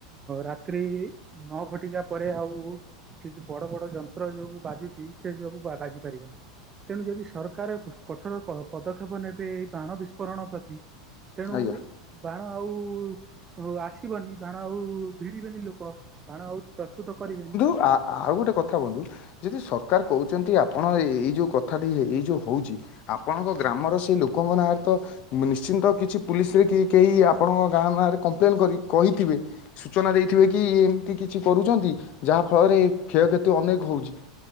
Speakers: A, on the right; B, on the left.
A: ରାତ୍ରି ନଅ ଘଟିକା ପରେ ଆଉ ସେ ଯୋଉ ବଡ ବଡ ଯନ୍ତ୍ର ଯୋଉ ବାଜୁଛି ସେ ସବୁ ବାଜି ପାରିବନି। ତେଣୁ ଯଦି ସରକାର କଠୋର ପଦକ୍ଷେପ ନେବେ ଏଇ ବାଣ ବିସ୍ଫୋରଣ ପ୍ରତି ତେଣୁ
B: ଆଜ୍ଞା
A: ବା ବାଣ ଆଉ ଆସିବନି ବାଣ ଆଉ ଭିଡିବେନି ଲୋକ। ବାଣ ଆଉ ପ୍ରସ୍ତୁତ କରିବେନି।
B: ଆ ଆଉ ଗୋଟେ କଥା ବନ୍ଧୁ ଯଦି ସରକାର କହୁ ଛନ୍ତି ଆପଣ ଏଇ ଯୋଉ କଥାଟି ଏଇ ଯୋଉ ହଉଚି ଆପଣଙ୍କ ଗ୍ରାମର ସେ ଲୋକଙ୍କ ନାଁରେ ତ ମୁଁ ନିଶ୍ଚିନ୍ତ କିଛି ପୁଲିସ ରେ କି କେହି ଆପଣଙ୍କ ଗାଁ ଗାଁରେ କମ୍ପ୍ଲେନ୍ କରି କହିଥିବେ ସୂଚନା ଦେଇଥିବେ କି କିଛି କରୁଛନ୍ତି ଯାହା ଫଳରେ କ୍ଷୟକ୍ଷତି ଅନେକ ହଉଚି।